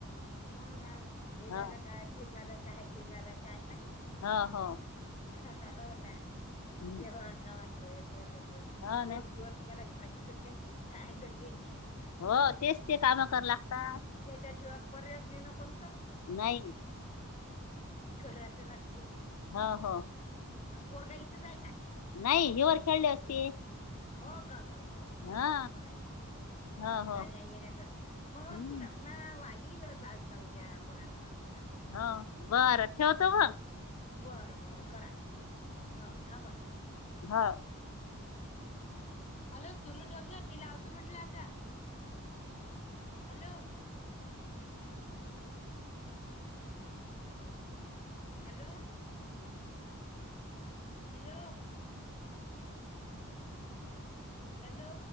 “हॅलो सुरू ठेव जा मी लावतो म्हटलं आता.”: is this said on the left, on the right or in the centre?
Left